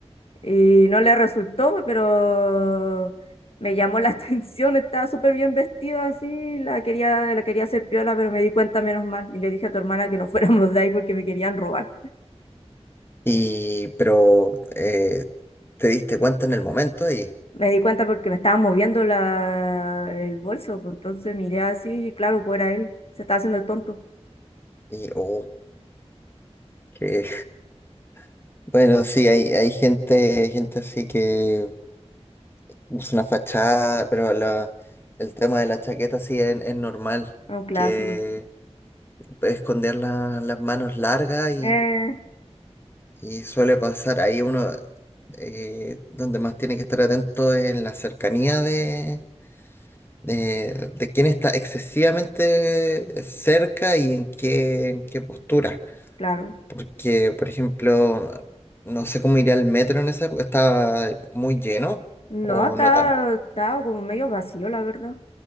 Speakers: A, on the left; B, on the left.
A: Y no le resultó, pero me llamó la <laughs> atención, estaba súper bien vestido así, la quería, la quería hacer piola, pero me di cuenta menos mal. Y le dije a tu hermana que no <laughs> fuéramos de ahí porque me querían robar.
B: y pero eh, te diste cuenta en el momento y,
A: Me di cuenta porque me estaba moviendo la, el bolso, pues entonces miré así y claro, pues era él, se estaba haciendo el tonto,
B: y oh, que <laughs> bueno, sí, hay, hay gente, hay gente así que usa una fachada, pero la, el tema de la chaqueta sí es, es normal,
A: era un clásico.
B: que esconder la- las manos largas
A: Eh,
B: Y suele pasar ahí uno, eh, donde más tiene que estar atento es en la cercanía de, de, de quién está excesivamente cerca y en qué, en qué postura.
A: claro.
B: Porque, por ejemplo, no sé cómo iría el metro en esa época, estaba muy lleno
A: No,
B: o
A: estaba,
B: no tanto.
A: estaba como medio vacío, la verdad.